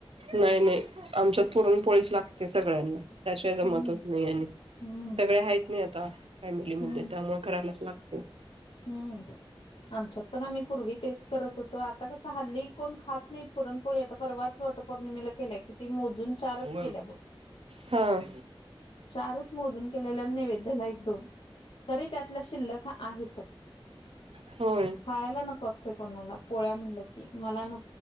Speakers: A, on the right; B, on the left.
A: नाही-नाही आमच्यात पुरण पोळीस लागते सगळ्यांना. त्या शिवाय जमतच
B: हम्म
A: नाही आणि
B: हम्म
A: सगळे हायेत नी आता फॅमिलीमध्ये
B: हम्म
A: त्यामुळे करायलाच लागते.
B: हम्म आमच्यात पण आम्ही पूर्वी तेच करत होतो आता क सं हल्ली कोण खात नाहीत पुरणपोळी आता परवाच वट पौर्णिमेला केल्याय किती मोजून चारच
A: हा
B: केल्या ब.
A: होय
B: चारच मोजून केलेल्या नैवेद्याला एक-दोन तरी त्यातला शिल्लक आहेत.
A: हा
B: खायला नको असते कोणाला पोळ्या म्हटलं की मला न